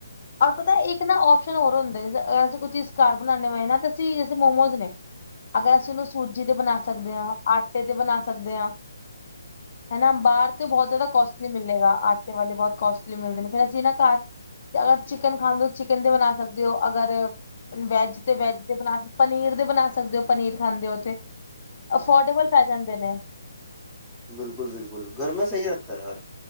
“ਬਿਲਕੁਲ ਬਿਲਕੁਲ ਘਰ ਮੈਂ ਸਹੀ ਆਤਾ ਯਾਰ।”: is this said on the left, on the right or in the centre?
Centre